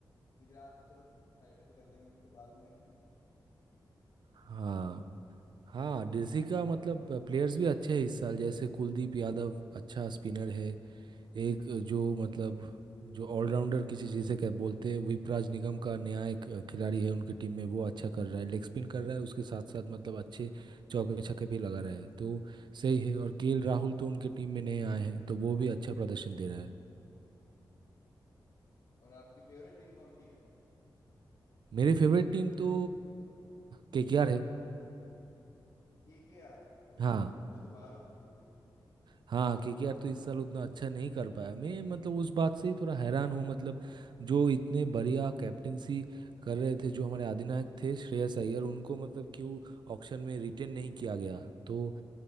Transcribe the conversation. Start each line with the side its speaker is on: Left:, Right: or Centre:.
Left: गुजरात चलो साइड पे कर देंगे उनको बाद में <laughs>
Right: हाँ हाँ डीसी का मतलब प्लेयर्स भी अच्छे हैं इस साल जैसे कुलदीप यादव अच्छा स्पिनर है एक जो मतलब जो ऑलराउंडर किसी जिसे क्या बोलते हैं विपराज निगम का नया एक खिलाड़ी है उनके टीम में वो अच्छा कर रहा है लेग स्पिन कर रहा है उसके साथ साथ मतलब अच्छे चौके छक्के भी लगा रहा है तो सही है और केएल राहुल तो उनके टीम में नए आए हैं तो वो भी अच्छा प्रदर्शन दे रहा है
Left: और आपकी फेवरेट टीम कौन सी है
Right: मेरी फेवरेट टीम तो केकेआर है
Left: केकेआर अरे
Right: हाँ
Left: यार वो तो बाहर हो चुकी है
Right: हाँ केकेआर तो इस साल उतना अच्छा नहीं कर पाया मैं मतलब उस बात से ही थोड़ा हैरान हूँ मतलब जो इतने बढ़िया कैप्टेंसी कर रहे थे जो हमारे अधिनायक थे श्रेयस अय्यर उनको मतलब क्यों ऑक्शन में रिटेन नहीं किया गया तो